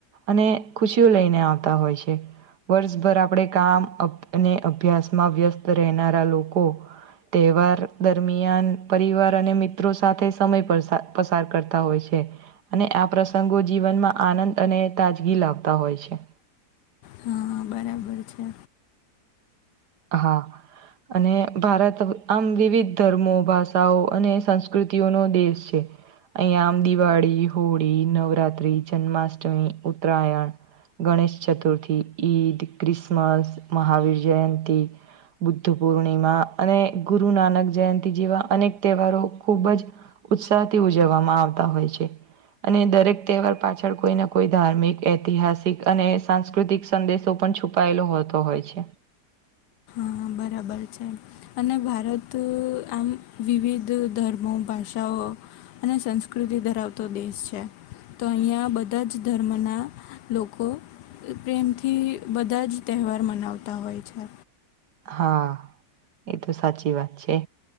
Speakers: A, on the right; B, on the left.
A: અને ખુશીઓ લઈને આવતા હોય છે. વર્ષભર આપણે કામ અભ અને અભ્યાસ માં વ્યસ્ત રહેનારા લોકો તેહેવાર. દરમિયાન પરિવાર અને મિત્રો સાથે સમય પ પસાર કરતા હોય છે. અને આ પ્રસંગો જીવનમાં આનંદ અને તાજગી લાવતા હોય છે.
B: હા બરાબર. બર છે.
A: હા. અને ભારત આમ વિવિધ ધર્મો ભાષાઓ અને સંસ્કૃતિઓનો દેશ છે. અહીંયા આમ દિવાળી હોળી નવરાત્રિ જન્માષ્ટમી ઉત્તરાયણ ગણેશ ચતુર્થી ઈદ ક્રિસમસ મહાવીર જયંતી બુદ્ધ પૂર્ણિમા અને ગુરુ નાનક જયંતિ જેવા અનેક તહેવારો ખૂબ જ. ઉત્સાહથી ઉજવવામાં આવતા હોય છે. અને દરેક તહેવાર પાછળ કોઈ ના કોઈ ધાર્મિક ઐતિહાસિક અને સાંસ્કૃતિક સંદેશો પણ છુપાયેલો હોતો હોય છે.
B: હા બરાબર છે. અને ભારત આમ વિવિધ ધર્મો ભાષાઓ અને સંસ્કૃતિ ધરાવતો દેશ છે તો અહીંયા બધા જ ધર્મના લોકો પ્રેમથી બધા જ તહેવાર મનાવતા હોય છે.
A: હા એ તો સાચી વાત છે.